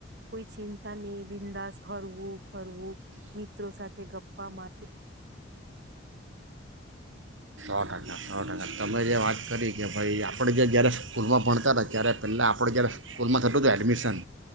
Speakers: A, on the right; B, on the right.
A: કોઈ ચિંતા ની બિંદાસ હરવું ફરવું મિત્રો સાથે ગપ્પા મા
B: સો ટકા સો ટકા તમે જે વાત કરી કે ભાઈ આપણે જે જ્યારે સ્કૂલમાં ભણતા હતા ત્યારે પેલાં આપણું જ્યારે સ્કૂલમાં થતું હતું એડમિશન